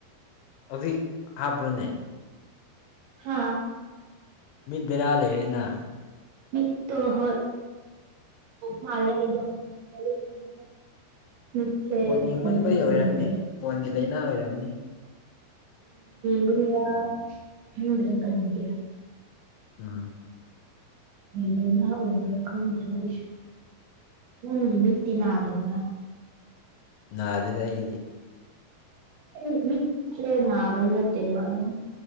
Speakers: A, on the left; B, on the right.
A: ꯍꯧꯖꯤꯛ ꯍꯥꯥꯞꯕ꯭ꯔꯥꯅꯦ
B: ꯍꯥ
A: ꯃꯤꯠ ꯕꯦꯔꯥ ꯂꯩꯔꯦꯅ
B: ꯃꯤꯠꯇꯣ ꯍꯣꯏ ꯃꯥꯜꯂꯦ <unintelligible> ꯑꯩꯗꯣ ꯍ <unintelligible> ꯃꯤꯠꯁꯦ
A: ꯐꯣꯟ ꯌꯦꯡꯃꯟꯕꯩ
B: ꯐꯖꯅ
A: ꯑꯣꯏꯔꯝꯅꯤ
B: ꯎꯗ꯭ꯔꯦꯕ
A: ꯐꯣꯟꯒꯤ ꯂꯥꯏꯅꯥ ꯑꯣꯏꯔꯝꯅꯤ
B: ꯍꯌꯥ <unintelligible> ꯈꯪꯗꯔ꯭ꯦ ꯀꯔꯤꯒꯤꯔ
A: ꯎꯝ
B: ꯂꯥꯏꯅꯥ ꯑꯣꯏꯕ꯭ꯔꯥ ꯈꯪꯗ꯭ꯔꯦ ꯑꯩꯁꯨ ꯅꯪꯗꯤ ꯃꯤꯠꯇꯤ ꯅꯥꯗꯕ꯭ꯔꯥ
A: ꯅꯥꯗꯦꯗ ꯑꯩꯗꯤ
B: ꯑꯩ ꯃꯤꯠꯁꯦ ꯅꯥꯕꯗꯤ ꯅꯠꯇꯦꯕ ꯑꯗꯨꯝ